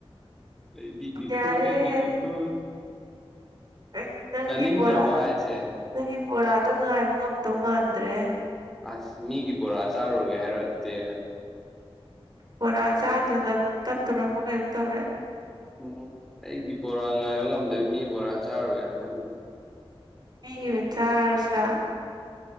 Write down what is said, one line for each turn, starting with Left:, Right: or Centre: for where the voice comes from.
Centre: ꯂꯩꯕꯤꯒꯦꯈꯣ
Right: ꯌꯥꯔꯦ
Centre: ꯂꯩ ꯂꯩꯕꯤꯒꯦꯈꯣ
Right: ꯌꯥꯔꯦ ꯑꯩ ꯅꯪꯒꯤ
Centre: ꯆꯅꯤꯡꯗ꯭ꯔꯕꯥ
Right: ꯕꯣꯔꯥꯗꯨ
Centre: ꯍꯥꯏꯁꯦ
Right: ꯅꯪꯒꯤ ꯕꯣꯔꯥꯗꯣ ꯉꯥꯏꯕ ꯉꯝꯗꯧ ꯃꯥꯟꯗ꯭ꯔꯦ
Centre: ꯑꯁ ꯃꯤꯒꯤ ꯕꯣꯔꯥ ꯆꯥꯔꯨꯔꯒꯦ ꯍꯥꯏꯔꯣ ꯑꯗꯨꯗꯤ
Right: ꯕꯣꯔꯥ ꯆꯥꯗꯅ ꯑꯗꯨꯝ ꯇꯠꯇꯣꯔꯔꯕ ꯀꯩꯅꯣꯝ ꯇꯧꯔꯦ
Centre: ꯎꯝ ꯑꯩꯒꯤ ꯕꯣꯔꯥ ꯉꯥꯏꯕ ꯉꯝꯗꯕ ꯃꯤ ꯕꯣꯔꯥ ꯆꯥꯔꯣꯏꯒꯦꯔꯥ ꯈꯟꯕ
Right: ꯃꯤꯒꯤ ꯑꯣꯏ ꯆꯥꯔꯁꯤꯔ